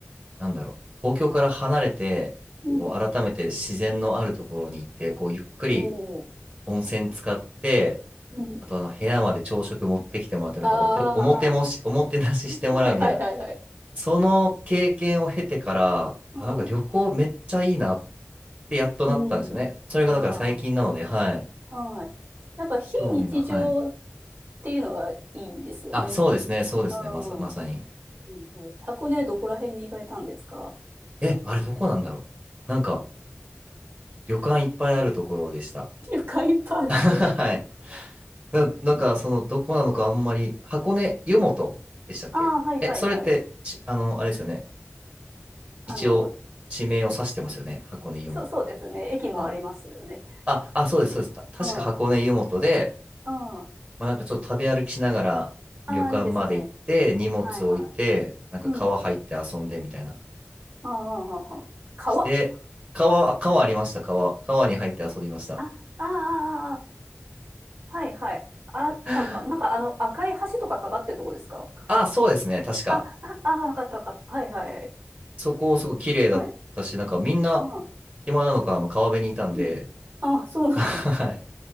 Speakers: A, on the right; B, on the right.
A: なんだろう、東京から離れて、
B: うん。
A: こう、改めて自然のあるところに行って、こう、ゆっくり
B: おー。
A: 温泉使って、
B: うん。
A: あとあの部屋まで朝食持ってきてもらって、なんかお手、
B: ああ、
A: おもてもし、おもてなししてもらうみたいな
B: <laughs> はいはいはいはい。
A: その経験を経てから、
B: うん。
A: あ、なんか旅行めっちゃいいなってやっとなったんですよね。
B: うん。
A: それがだから最近なので、
B: あ
A: はい。
B: あ、はい。なんか非日常っ
A: 興味が、はい。
B: ていうのがいいんですよね。
A: あ、そうですね、そうですね、
B: ああ、
A: まさ、まさに。
B: はいはい。箱根どこら辺に行かれたんですか
A: え、あれどこなんだろう。なんか、旅館いっぱいあるところでした。
B: 旅館 <laughs> いっぱいあるとこ。
A: <laughs> はい。な、なんか、その、どこなのかあんまり、箱根湯本でしたっけえ、
B: ああ、はいはいはい。
A: それって、ち、あの、あれですよね。一応、
B: あの、
A: 地名を指してますよね。箱根湯本って。
B: そう、そうですね。駅もありますよね。
A: あ、あ、あそうです、そうです。た確か箱根湯本で、
B: うん。ああ、
A: まあ、なんかちょっと食べ歩きしながら旅館まで行って荷物置いてなんか川入って遊んでみたいな
B: ああ、いいですね。はいはい。うん。ああ、ああ、ああ川
A: して川、川ありました川川に入って遊びました
B: あ、ああ、ああ、はいはい。あったか。
A: <laughs>
B: なんかあの赤い橋とかかかってるとこですか
A: あそうですね確か
B: あ、あ、あ、わかったわかった。はいはいはい。
A: そこすごい綺麗だったしなんかみんな
B: はい。ああ、
A: 暇なのかあの川辺にいたんで
B: うん。あ、そうなの。
A: <laughs> はい